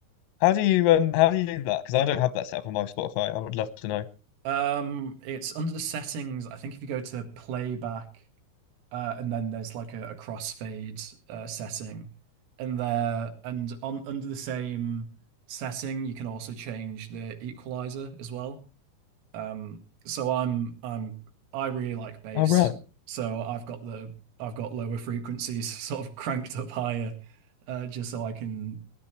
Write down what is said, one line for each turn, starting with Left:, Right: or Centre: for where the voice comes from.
Left: How do you um how do you do that? Because I don't have that set up on my Spotify. I would love to know.
Right: Um, it's under the settings. I think if you go to playback uh, and then there's like a, a crossfade uh, setting in there, and on under the same setting, you can also change the equalizer as well. Um, so I'm I'm I really like bass,
Left: Oh, right.
Right: so I've got the I've got lower frequencies <laughs> sort of cranked up higher, uh, just so I can.